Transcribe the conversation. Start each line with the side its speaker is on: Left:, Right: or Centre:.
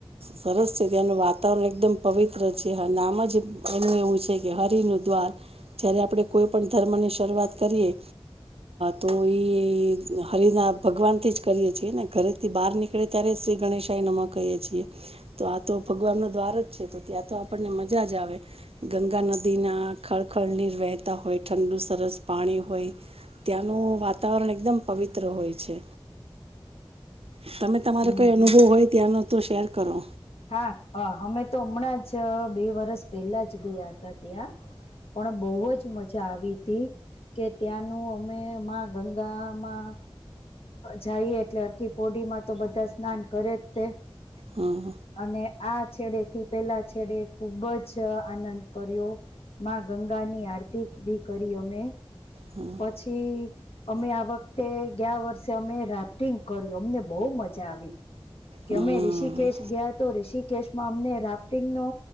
Right: સરસ છે ત્યાંની વાત વાતાવરણ એકદમ પવિત્ર છે નામ જ એનું એવું છે કે હરિનું દ્વાર જય્યારે આપણે કોઈ પણ ધર્મની શરૂઆત કરીએ તો એ હરિના ભગવાનથી જ કરીએ છીએ ને ઘરેથી બહાર નીકળે ત્યારે શ્રી ગણેશાઈ નમાં કહીએ છીએ તો આ તો ભગવાનનો દ્વાર છે તો ત્યાં તો આપણને મજા જ આવે ગંગા નદી ના ખળખળનીર વહેતા હોય ઠંડુ સરસ પાણી હોય ત્યાંનું વાતાવરણ એકદમ પવિત્ર હોય છે તમે તમારે
Left: હમ
Right: કોઈ
Left: હમ
Right: અનુભવ હોય ત્યાંનો તો શેર કરો
Left: હા અમે તો હમણાં જ બે વરસ પહેલા જ ગયા હતા ત્યાં પણ બહુ જ મજા આવી હતી કે ત્યાંનું અમે ગંગામાં જઈએ એટલે અરકી પોડીમાં તો બધા સ્નાન કરે જ તે
Right: હમ
Left: અને આ છેડેથી પેલા છેડે ખુબ જ આનંદ કર્યો માં ગંગા ની આરતી બી કરી અમે
Right: હમ
Left: પછી <unintelligible> અમે આ વખતે ગયા વર્ષે અમે રાફ્ટિંગ કર્યું અમને બહુ મજા આવી કે
Right: હમ
Left: અમે ઋષિકેશ ગયા તો ઋષિક કેશમાં અમને રાફ્ટિંગ નો